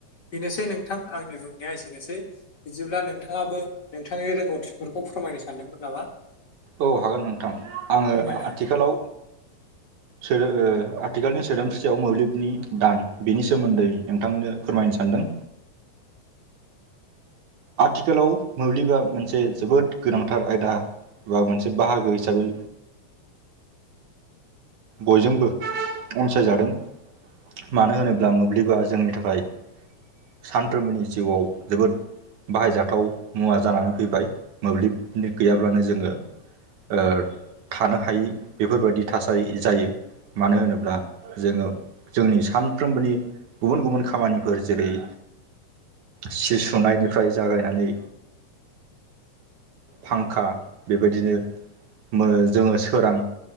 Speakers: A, on the left (about 40°); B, on the right (about 75°).
A: बेनोसै नोंथां आंनि बुंनाया एसेनोसै बिदिब्ला नोंथाङाबो नोंथांनि रोंगौथिफोरखौ फोरमायनो सानदोंमोन नामा
B: औ हागोन नोंथां आङो
A: फोरमायना होदो
B: आथिखालाव सो ओ आथिखालनि सोदोमस्रियाव मोब्लिबनि दान बेनि सोमोन्दै नोंथांनो फोरमायनो सानदों आथिखालाव मोब्लिबा मोनसे जोबोद गोनांथार आयदा बा मोनसे बाहागो हिसाबै बयजोंबो अनसायजादों मानो होनोब्ला मोब्लिबा जोंनि थाखाय सानफ्रोमबोनि जिउआव जोबोद बाहायजाथाव मुवा जानानै फैबाय मोब्लिबनि गैयाब्लानो जोङो ओ थानो हायै बेफोरबायदि थासारि जायो मानो होनोब्ला जोङो जोंनि सानफ्रोमबोनि गुबुन गुबुन खामानिफोर जेरै सि सुनायनिफ्राय जागायनानै फांखा बेबायदिनो जोङो सोरां